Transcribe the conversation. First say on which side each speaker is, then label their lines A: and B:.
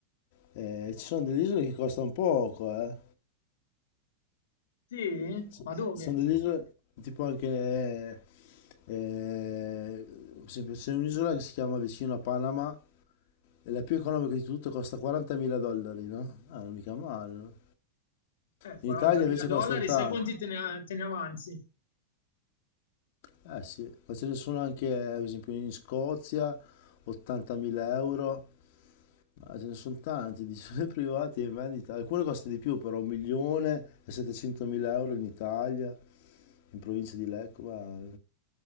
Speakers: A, on the left; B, on the left.
A: Eh, ci sono delle isole che costano poco, eh.
B: Sì?
A: Ci
B: Ma dove?
A: sono delle isole tipo anche... eh, eh, per esempio c'è un'isola che si chiama vicino a Panama e la più economica di tutte costa 40.000 dollari, no? Ah, non mica male, no?
B: Eh, 40.000
A: In Italia invece
B: dollari,
A: costano tanto.
B: sai quanti te ne, te ne avanzi?
A: Eh sì, ma ce ne sono anche, eh, per esempio, in Scozia 80.000 euro Ah, ce ne sono tanti, <laughs> di sole privati in vendita. Alcune costano di più, però 1.700.000 euro in Italia, in provincia di Lecco, ma,